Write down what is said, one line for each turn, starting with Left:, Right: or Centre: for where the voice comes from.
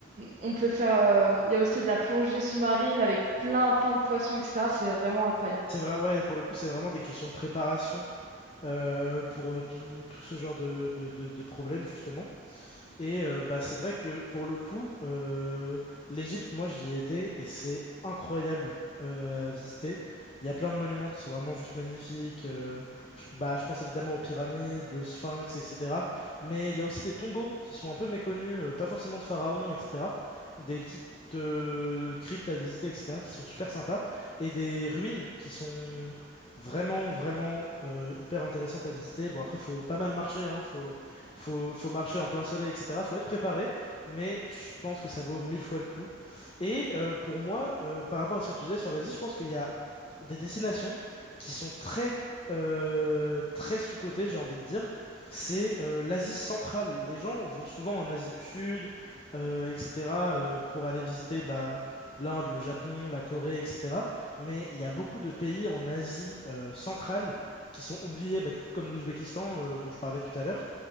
Right: on peut faire. euh, il y a aussi de la plongée sous-marine avec plein, plein de poissons, etc. C'est vraiment incroyable.
Left: C'est vrai, ouais, pour le coup, c'est vraiment des questions de préparation euh, pour euh, tout, tout ce genre de, de, de, de problèmes, justement. Et euh, bah, c'est vrai que pour le coup, euh, l'Égypte, moi j'y ai été et c'est incroyable euh, à visiter. Il y a plein de monuments qui sont vraiment juste magnifiques. euh, je, bah, je pense évidemment aux pyramides, le Sphinx, etc. Mais il y a aussi des tombeaux qui sont un peu méconnus, euh, pas forcément de pharaons, etc. Des petites euh, cryptes à visiter, etc., qui sont super sympas. Et des ruines qui sont vraiment, vraiment euh, hyper intéressantes à visiter. Bon, après, faut pas mal marcher, hein, faut faut, faut marcher en plein soleil, etc. Faut être préparé, mais je pense que ça vaut mille fois le coup. Et euh, pour moi, euh, par rapport à ce que tu disais sur l'Asie, je pense qu'il y a des destinations qui sont très, euh, très sous-cotées, j'ai envie de dire. C'est euh, l'Asie centrale. Les gens vont souvent en Asie du Sud, euh, etc., euh, pour aller visiter bah, l'Inde, le Japon, la Corée, etc. Mais il y a beaucoup de pays en Asie euh, centrale qui sont oubliés, bah, du coup, comme l'Ouzbékistan, euh, dont je parlais tout à l'heure.